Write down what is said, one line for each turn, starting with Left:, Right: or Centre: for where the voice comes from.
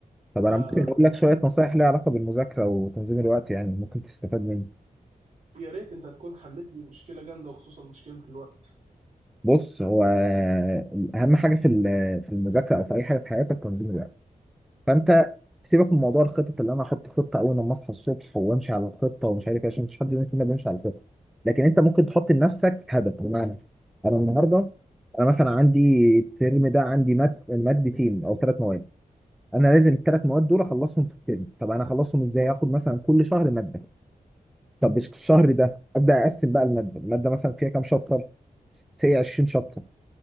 Centre: طب
Right: فيا
Centre: انا ممكن اقول لك شويه نصايح ليها علاقه بالمذاكره وتنظيم الوقت يعني ممكن تستفاد مني
Right: ريت انت تكون حلت لي مشكلة جامدة وخصوصا مشكلة الوقت
Centre: بص هو اهم حاجه في ال- في المذاكره او في اي حاجه في حياتك تنظيم الوقت فانت سيبك من موضوع الخطط اللي انا احط خطه اول لما اصحى الصبح وامشي على الخطه ومش عارف ايه عشان مفيش حد مننا فينا بيمشي على الخطه لكن انت ممكن تحط لنفسك هدف بمعنى انا النهارده انا مثلا عندي الترم ده عندي ماد مادتين او ثلاث مواد انا لازم الثلاث مواد دول اخلصهم في الترم طب انا اخلصهم ازاي اخد مثلا كل شهر ماده طب مش الشهر ده ابدا اقسم بقى الماده الماده مثلا فيها كام شابتر سي 20 شابتر